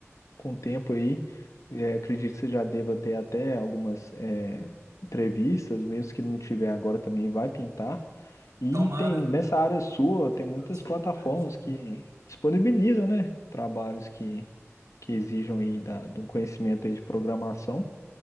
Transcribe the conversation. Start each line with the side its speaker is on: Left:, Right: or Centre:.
Left: com o tempo aí. é, acredito que você já deva ter até algumas é, entrevistas, mesmo que não tiver agora também, vai pintar. E
Right: Tomara,
Left: tem nessa
Right: viu?
Left: área sua, tem muitas
Right: Tô na expectativa.
Left: plataformas que disponibilizam, né? Trabalhos que, que exijam aí da, de um conhecimento aí de programação.